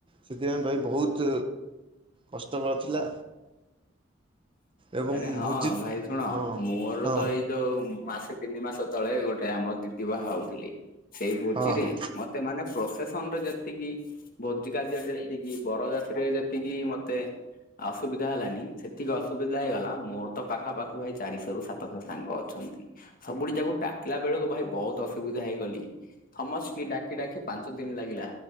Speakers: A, on the right; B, on the left.
A: ସେଥିପାଇଁ ଭାଇ ବୋହୁତ୍ କଷ୍ଟକର ଥିଲା। ଏବଂ
B: ଆରେ ହଁ
A: ଭୋଜି
B: ଭାଇ ଶୁଣ,
A: ହଁ
B: ମୋର
A: ହଁ
B: ତ ଏଇ ଯୋଉ ମାସେ ତିନି ମାସ ତଳେ ଗୋଟେ ଆମ ଦିଦି ବାହା ହଉଥିଲେ। ସେଇ ଭୋଜିରେ
A: ହଁ ହଁ
B: ଏତେ ମାନେ ପ୍ରଫେସନ ରେ ଯେତିକି ଭୋଜି କାର୍ଯ୍ୟରେ ଯେତିକି, ବରଜାତ୍ରିରେ ଯେତିକି ମତେ ଅସୁବିଧା ହେଲାନି, ସେତିକି ଅସୁ ସୁବିଧା ହେଇଗଲା। ମୋର ତ ପାଖାପାଖି ଭାଇ ଚାରିଶହ ରୁ ସାତଶହ ସାଙ୍ଗ ଅଛନ୍ତି। ସବୁଠୀ ତାକୁ ଡାକିଲା ବେଳକୁ ଭାଇ ବହୁତ ଅସୁବିଧା ହେଇଗଲି। ସମସ୍ତୀ କି ଡାକି ଡାକି ପାଞ୍ଚ ଦିନ ଲାଗିଲା।